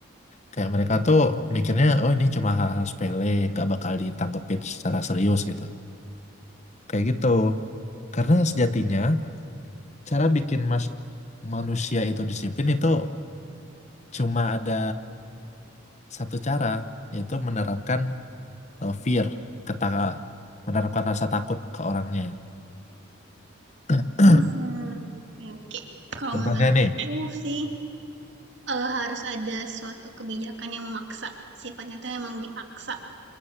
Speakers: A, on the left (about 35°); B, on the right (about 60°).
A: kayak mereka tuh mikirnya oh ini cuma hal-hal sepele nggak bakal ditangkepin secara serius gitu kayak gitu karena sejatinya cara bikin mas- manusia itu disiplin itu cuma ada satu cara yaitu menerapkan eh, fear, kata menerapkan rasa takut ke orangnya. <clears throat>
B: Hmm, oke oke. Kalau
A: Contohnya
B: menurut
A: nih,
B: aku sih Eee, harus ada suatu kebijakan yang memaksa, sifatnya itu memang dipaksa.